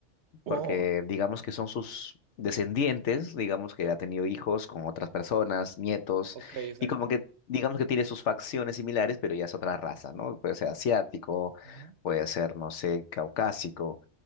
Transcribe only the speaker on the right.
Oh.
Ok, exacto.
Ujú.